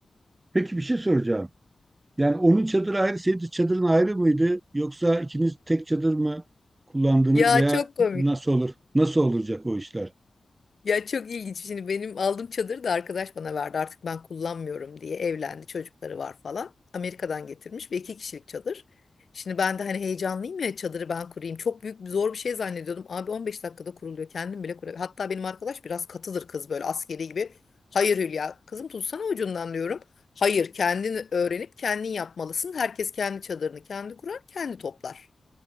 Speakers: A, on the right (about 30°); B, on the left (about 55°).
A: Peki bir şey soracağım. Yani onun çadırı ayrı, senin de çadırın ayrı mıydı? Yoksa ikiniz tek çadır mı kullandınız
B: Ya
A: veya
B: çok komik.
A: nasıl olur? Nasıl olacak o işler?
B: Ya çok ilginç. Şimdi benim aldığım çadırı da arkadaş bana verdi. Artık ben kullanmıyorum diye evlendi. Çocukları var falan. Amerika'dan getirmiş ve iki kişilik çadır. Şimdi ben de hani heyecanlıyım ya çadırı ben kurayım. Çok büyük zor bir şey zannediyordum. Abi 15 dakikada kuruluyor. Kendim bile kuruyorum. Hatta benim arkadaş biraz katıdır kız böyle askeri gibi. Hayır Hülya kızım tutsana ucundan diyorum. Hayır kendin öğrenip kendin yapmalısın. Herkes kendi çadırını kendi kurar kendi toplar.